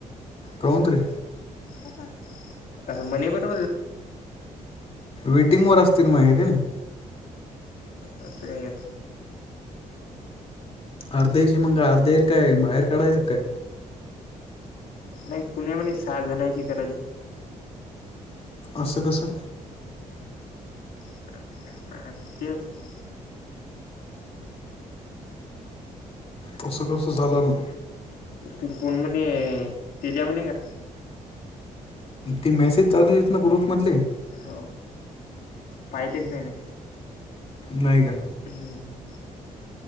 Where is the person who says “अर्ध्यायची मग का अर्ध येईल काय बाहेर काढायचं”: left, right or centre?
Left